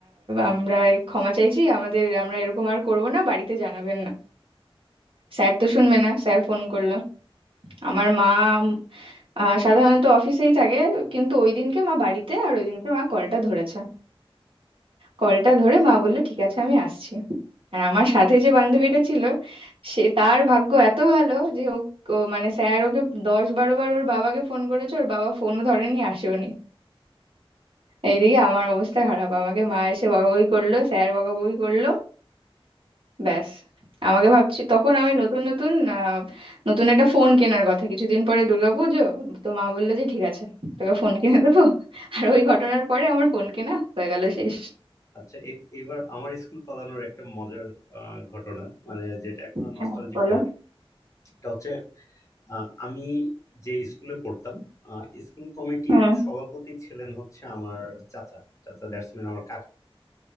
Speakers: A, on the right (about 60°); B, on the left (about 30°).
A: আমরা ক্ষমা চাইছি আমাদের আমরা এরকম আর করব না বাড়িতে জানাবেন না স্যার তো শুনবে না স্যার ফোন করলো আমার মা উম, আহ, সাধারণত অফিসেই থাকে কিন্তু ওই দিনকে মা বাড়িতে আর ওই দিনকে মা কলটা ধরেছে কলটা ধরে মা বললো ঠিক আছে আমি আসছি আর আমার সাথে যে বান্ধবীটা ছিল সে তার ভাগ্য এত ভালো যে ও ও মানে স্যার ওকে দশ বারো বার ওর বাবাকে ফোন করেছে ওর বাবা ফোনও ধরেনি আসেওনি এইদিকে আমার অবস্থা খারাপ আমাকে মা এসে বকাবকি করলো স্যার বকাবকি করলো ব্যাস আমাকে
B: আচ্ছা
A: ভাবছি তখন আমি নতুন নতুন আহ, নতুন একটা ফোন কেনার কথা কিছুদিন পরে দুর্গাপুজো তো মা বললো যে ঠিক আছে তোকে ফোন কিনে দেবো আর ওই ঘটনার পরে আমার ফোন কেনা হয়ে গেল শেষ
B: আচ্ছা এ- এবার আমার স্কুল পালানোর একটা মজার আহ, ঘটনা মানে যেটা এখনো
A: হ্যাঁ
B: নস্টালজিক
A: বলো
B: করে এটা হচ্ছে আহ, আমি যে স্কুলে পড়তাম আহ, স্কুল কমিটির
A: হুম
B: সভাপতি ছিলেন হচ্ছে আমার চাচা চাচা দ্যাটস মিন আমার কাকা